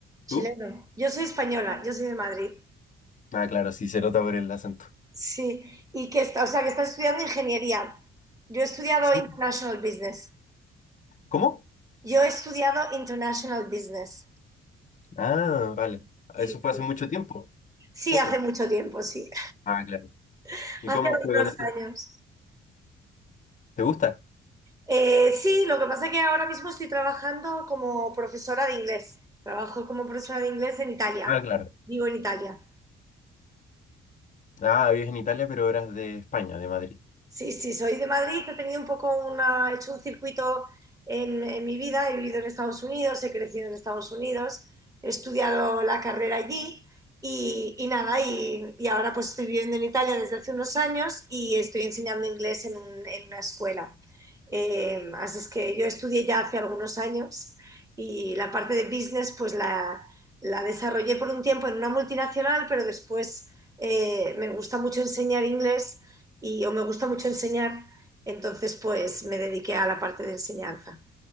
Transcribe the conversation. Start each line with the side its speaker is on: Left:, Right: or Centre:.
Right: Chileno.
Left: ¿Tú?
Right: Yo soy española, yo soy de Madrid.
Left: Ah, claro, sí, se nota por el acento.
Right: Sí, y que está, o sea, que estás estudiando ingeniería. Yo he estudiado
Left: Sí.
Right: International Business.
Left: ¿Cómo?
Right: Yo he estudiado International Business.
Left: Ah, vale.
Right: Sí,
Left: Eso fue
Right: sí.
Left: hace mucho tiempo.
Right: Sí,
Left: Poco.
Right: hace mucho tiempo, sí.
Left: Ah, claro.
Right: <laughs>
Left: ¿Y
Right: Hace
Left: cómo
Right: algunos
Left: fue con esto?
Right: años.
Left: ¿Te gusta?
Right: Eh, sí, lo que pasa es que ahora mismo estoy trabajando como profesora de inglés. Trabajo como profesora de inglés en Italia.
Left: Ah, claro.
Right: Vivo en Italia.
Left: Ah, vives en Italia, pero eras de España, de Madrid.
Right: Sí, sí, soy de Madrid, que he tenido un poco una, he hecho un circuito en, en mi vida, he vivido en Estados Unidos, he crecido en Estados Unidos, he estudiado la carrera allí y, y nada, y, y ahora pues estoy viviendo en Italia desde hace unos años y estoy enseñando inglés en, un- en una escuela. Eh, así es que yo estudié ya hace algunos años y la parte de business pues la, la desarrollé por un tiempo en una multinacional, pero después eh, me gusta mucho enseñar inglés y o me gusta mucho enseñar, entonces pues me dediqué a la parte de enseñanza.